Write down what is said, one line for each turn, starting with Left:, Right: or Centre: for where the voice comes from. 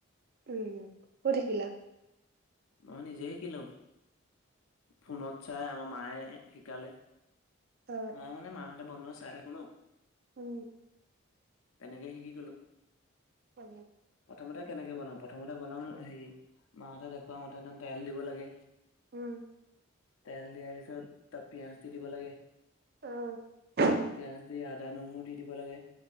Right: উম ক'ত শিকিলা।
Left: মই নিজে শিকিলো ফোনত চাই, আমাৰ মায়ে শিকালে।
Right: অ
Left: মই মানে, মাহঁতে বনোৱা চাই থাকোঁ ন।
Right: উম।
Left: তেনেকে শিকি গ'লো।
Right: অ।
Left: প্ৰথমতে কেনেকে বনাম, প্ৰথমতে বনাম হেৰি, মাহঁতে দেখুওৱা হেতেন তেল দিব লাগে।
Right: উম।
Left: তেল দিয়াৰ পিছত, তাত পিয়াঁজ দি দিব লাগে।
Right: অ।
Left: পিয়াঁজ দি, আদা নহৰু দি দিব লাগে।